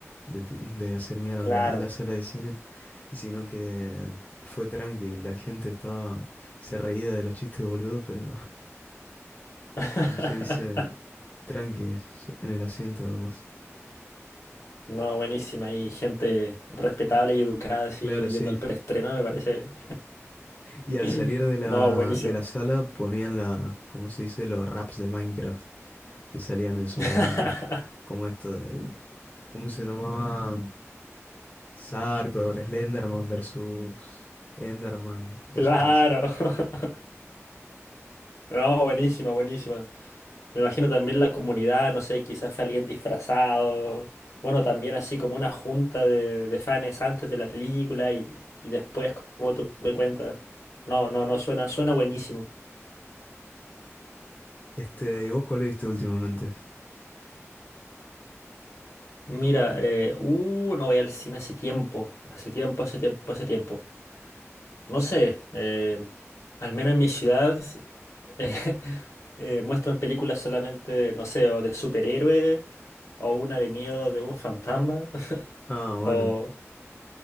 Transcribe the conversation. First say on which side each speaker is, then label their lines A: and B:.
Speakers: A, on the left; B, on the left.
A: de, de hacer mierda
B: <laughs> Claro.
A: a la, a la sala de cine. Y sino que fue tranqui. La gente estaba. Se reía de los chistes, boludo, pero.
B: <laughs>
A: como se dice, tranquis en el asiento nomás.
B: No, buenísima. Hay gente respetable y educada así
A: Claro, sí.
B: yendo al preestreno, me parece.
A: Y al
B: <laughs>
A: salir de la,
B: No, buenísimo.
A: de la sala ponían la, como se dice, los raps de Minecraft que salían en su
B: <laughs>
A: momento. Como esto de, ¿cómo se llamaba? Sarkor, Slenderman versus Enderman, cosas
B: Claro.
A: así.
B: <laughs> No, buenísima, buenísima. Me imagino también la comunidad, no sé, quizás fue alguien disfrazado. Bueno, también así como una junta de, de fans antes de la película y, y después, como tú me cuentas. No, no, no, suena, suena buenísimo.
A: Este, ¿y vos cuál viste últimamente?
B: Mira, eh, uh, no voy al cine hace tiempo, hace tiempo, hace tiempo, hace tiempo. No sé, eh, al menos en mi ciudad <laughs> eh, eh, muestran películas solamente, no sé, o de superhéroes o una de miedo de un fantasma.
A: Ah, bueno.
B: Oh,